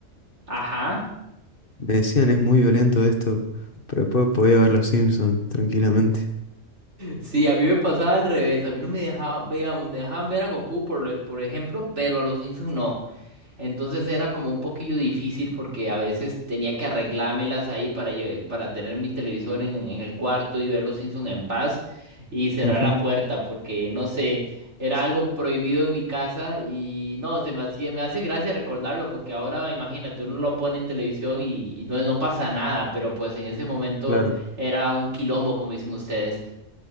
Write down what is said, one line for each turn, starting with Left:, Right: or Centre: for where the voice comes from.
Right: Ajá.
Left: me decían es muy violento esto, pero después podía ver Los Simpsons tranquilamente.
Right: Sí, a mí me pasaba al revés. A mí no me dejaba, digamos, me dejaban ver a Goku, por, lo- por ejemplo, pero a Los Simpson no. Entonces era como un poquillo difícil porque a veces tenía que arreglármelas ahí para, lle- para tener mi televisor en, en el cuarto y ver los Simpsons en paz y cerrar
Left: Ujú,
Right: la puerta porque no sé, era algo prohibido en mi casa y no, se me hacía- me hace gracia recordarlo porque ahora imagínate, uno lo pone en televisión y, y no, no pasa nada, pero pues en ese momento
Left: claro.
Right: era un quilombo, como dicen ustedes.